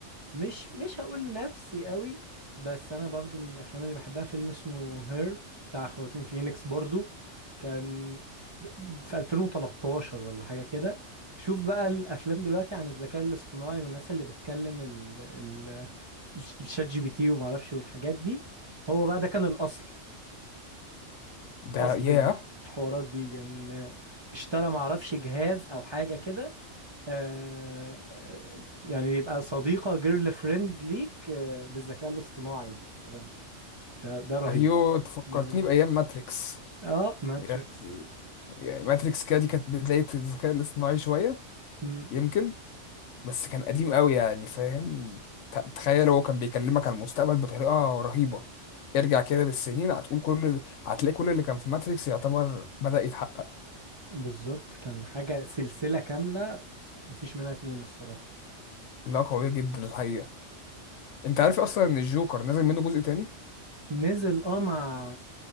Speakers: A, on the right; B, on the left.
A: مش مش هقول نفسي قوي بس انا برضو من الافلام اللي بحبها فيلم اسمه هير بتاع خواكين فينيكس برضو كان ب- في 2013 ولا حاجة كده شوف بقى الافلام دلوقتي عن الذكاء الاصطناعي والناس اللي بتكلم ال ال الشات جي بي تي وما اعرفش والحاجات دي هو بقى ده كان الاصل
B: ده
A: اصل
B: ياه
A: الحوارات دي ان يعني اشترى معرفش جهاز او حاجه كده آه، آه، يعني يبقى صديقه جيرل فريند ليك آه، بالذكاء الاصطناعي والكلام ده ده ده رهيب
B: ايوه تفكرتني
A: ده
B: بايام ماتريكس
A: اه ماتريكس
B: يعني يعني ماتريكس كده دي كانت بدايه الذكاء الاصطناعي شويه
A: مم،
B: يمكن بس كان قديم قوي يعني فاهم ت- تخيل هو كان بيكلمك على المستقبل بطريقة رهيبة ارجع كده بالسنين هتقول كل هتلاقي كل اللي كان في ماتريكس يعتبر بدأ يتحقق
A: بالظبط كان حاجه سلسله كامله مفيش منها اتنين الصراحه
B: لا قوية جدا الحقيقة انت عارف اصلا ان الجوكر نازل منه جزء تاني
A: نزل اه مع